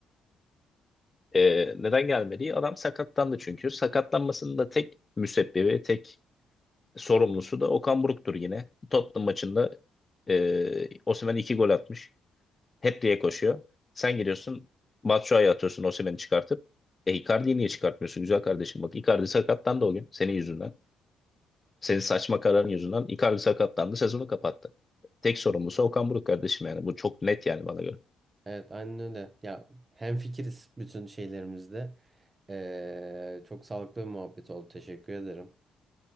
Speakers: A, on the left (about 25°); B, on the right (about 30°).
A: Ee, neden gelmedi? Adam sakatlandı çünkü. Sakatlanmasının da tek müsebbibi, tek sorumlusu da Okan Buruk'tur yine. Tottenham maçında e, Osimhen iki gol atmış. Hat-trick'e koşuyor. Sen giriyorsun, Batshuayi'ye atıyorsun Osimhen'i çıkartıp. E Icardi'yi niye çıkartmıyorsun güzel kardeşim? Bak Icardi sakatlandı o gün senin yüzünden. Senin saçma kararın yüzünden Icardi sakatlandı, sezonu kapattı. Tek sorumlusu Okan Buruk kardeşim yani. Bu çok net yani bana göre.
B: Evet aynen öyle. Ya hemfikiriz bütün şeylerimizde. Ee, çok sağlıklı bir muhabbet oldu. Teşekkür ederim.